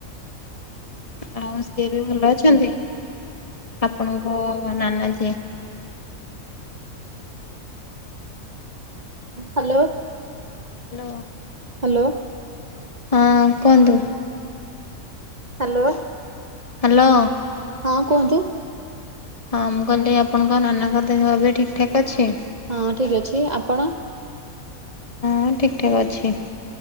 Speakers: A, on the left; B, on the right.
A: ଆଉ ସିଏ ବି ଭଲ ଅଛନ୍ତି ଆପଣଙ୍କ ନାନା ଯିଏ?
B: ହ୍ୟାଲୋ।
A: ହ୍ୟାଲୋ।
B: ହ୍ୟାଲୋ
A: ହଁ କୁହନ୍ତୁ
B: ହ୍ୟାଲୋ।
A: ହ୍ୟାଲୋ।
B: ହଁ କୁହନ୍ତୁ?
A: ହଁ ମୁଁ କହିଲି ଆପଣଙ୍କ ନାନାଙ୍କ ଦେହ ଏବେ ଠିକ୍ ଠାକ୍ ଅଛି।
B: ହଁ ଠିକ୍ ଅଛି ଆପଣ?
A: ହଁ ଠିକ ଠାକ ଅଛି।